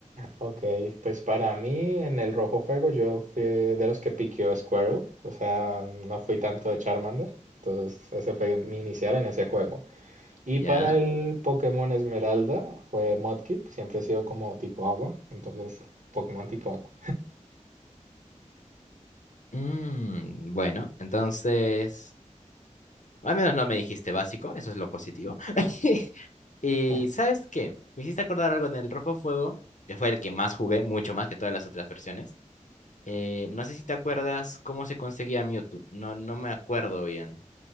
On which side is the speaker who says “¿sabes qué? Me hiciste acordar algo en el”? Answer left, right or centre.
Left